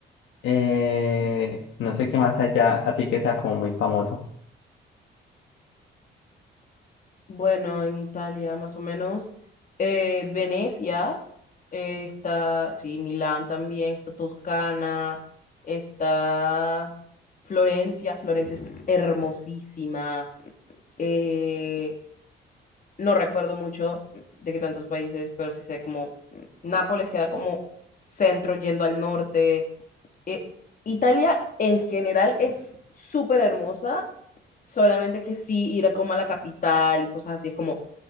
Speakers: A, on the left (about 75°); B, on the left (about 45°).
A: Eh, no sé qué más allá, así que sea como muy famoso.
B: Bueno, en Italia, más o menos. eh, Venecia, eh, está, sí, Milán también, está Toscana, está Florencia, Florencia es hermosísima. eh, no recuerdo mucho de qué tantos países, pero sí sé como Nápoles queda como centro yendo al norte. eh, Italia en general es súper hermosa, solamente que sí ir como a la capital y cosas así es como